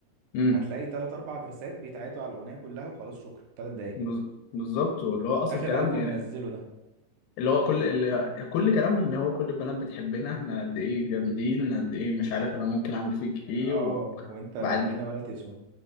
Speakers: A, on the left; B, on the right.
A: امم
B: هتلاقي تلات أربع فيرسات بيتعادوا على الأغنية كلها وخلاص شكرا تلات دقايق
A: بز- بالظبط اللي هو أصلا
B: آخر
A: كلام
B: ألبوم
A: يعني
B: منزله ده
A: اللي هو كل اللي كل كلامهم إن هو كل البنات بتحبنا إحنا قد إيه جامدين قد إيه مش عارف أنا ممكن أعمل فيك
B: اه
A: إيه و...
B: وانت جنبنا
A: بعد
B: ولا تسوى